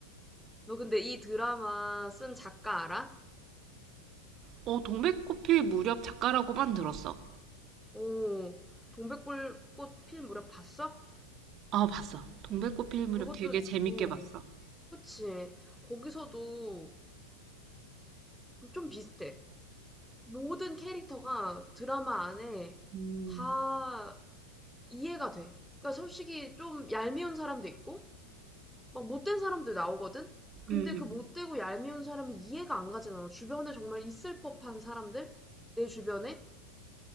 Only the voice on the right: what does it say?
어, 동백꽃필 무렵 작가라고만 들었어.
아, 봤어. 동백꽃필 무렵
되게
재밌게 봤어.
음,
음, 음.